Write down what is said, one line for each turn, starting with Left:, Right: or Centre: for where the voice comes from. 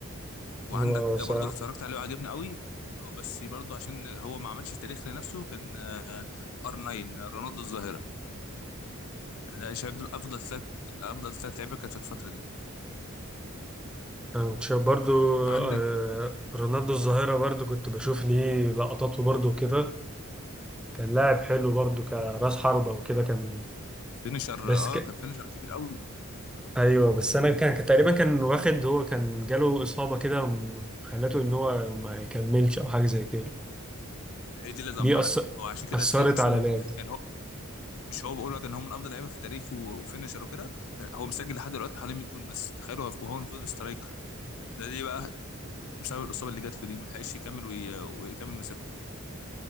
Left: وعندك
Centre: هو
Left: برضو
Centre: س-
Left: اللي اتفرجت عليه وعجبني قوي بس برضو عشان هو ما عملش تاريخ لنفسه كان آه، ار 9 رونالدو الظاهره يعني ده شايف دول افضل ثلاث افضل ثلاث لعيبه كانت في الفتره دي
Centre: أنا كنت شايف برضو
Left: عندك
Centre: آه، رونالدو الظاهره برضو كنت بشوف ليه لقطاته برضو كده كان لاعب حلو برضو كراس حربه وكده كان
Left: فينيشر
Centre: بس
Left: اه
Centre: ك...
Left: كان فينيشر كبير قوي
Centre: ايوه بس انا كان كان تقريبا كان واخد هو كان جاله اصابه كده م- خلته ان هو ما يكملش او حاجه زي كده
Left: هي دي اللي دمرته
Centre: دي أث...
Left: هو عشان كده
Centre: اثرت
Left: تلاقي مثلا
Centre: على لعبه
Left: يعني هو مش هو بقول لك ان هو من افضل لعيبه في التاريخ و- وفينيشر وكده كان هو مسجل لحد دلوقتي حوالي 100 جون بس تخيلوا هو وهو المفروض سترايكر ده ليه بقى بسبب الاصابه اللي جات له دي ما لحقش يكمل وي... ويكمل مسيرته